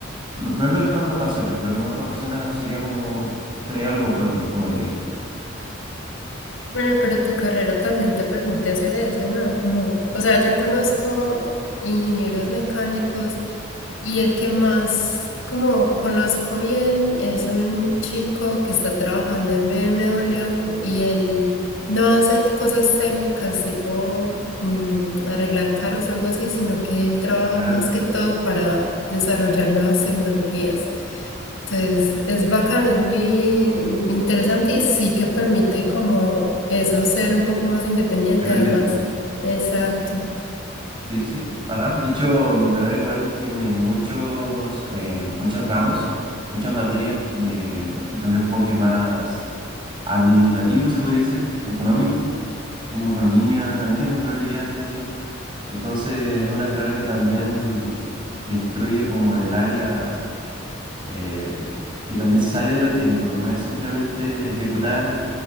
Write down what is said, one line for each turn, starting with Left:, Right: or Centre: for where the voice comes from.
Right: no, no es lo que más me apasiona, lo que más me apasiona sería como tener algo propio, como te dije.
Left: Bueno, pero tu carrera también te permite hacer eso, ¿no? Como, o sea, yo conozco ingenieros mecánicos y el que más como conozco bien es un chico que está trabajando en BMW y él no hace cosas técnicas tipo mm, arreglar carros o algo así, sino que él trabaja
Right: Claro,
Left: más
Right: claro.
Left: que todo para desarrollar nuevas tecnologías. Entonces, es bacano, es muy mm, interesante y sí que permite como eso ser un poco más independiente
Right: Dependiente.
Left: además. Exacto.
Right: Sí, sí, sí. Ajá. De hecho, mi carrera igual tiene muchos, eh, muchos ramos, muchas materias de, de un enfoque más administrativo, se podría decir, económico. Tengo economía, también tengo probabilidades, de hecho. Entonces, es una carrera que también te instruye como en el área. eh, que también se sale de lo técnico, no es simplemente ejecutar